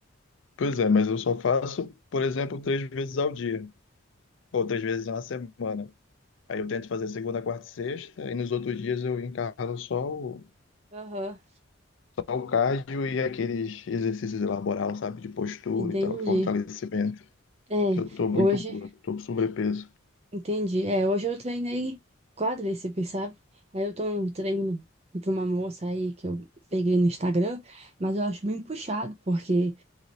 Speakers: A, on the left; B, on the right.
A: Pois é, mas eu só faço, por exemplo, três vezes ao dia, ou três vezes na semana. Aí eu tento fazer segunda, quarta e sexta, e nos outros dias eu encaro só o,
B: Aham.
A: só o cardio e aqueles exercícios laboral, sabe, de postura
B: Entendi.
A: e tal, fortalecimento,
B: É,
A: que eu tô muito
B: hoje,
A: gordo, tô com sobrepeso.
B: entendi. É, hoje eu treinei quadríceps, sabe? Aí eu tô num treino de uma moça aí que eu peguei no Instagram, mas eu acho bem puxado, porque